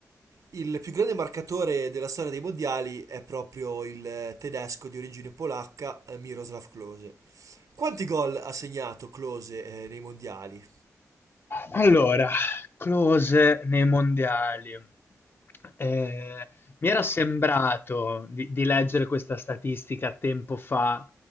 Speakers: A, on the right; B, on the left.
A: Il più grande marcatore della storia dei mondiali è proprio il eh, tedesco di origine polacca eh, Miroslav Klose. Quanti gol ha segnato Klose eh, nei mondiali?
B: Allora, Klose nei mondiali. Eh, mi era sembrato di, di leggere questa statistica tempo fa.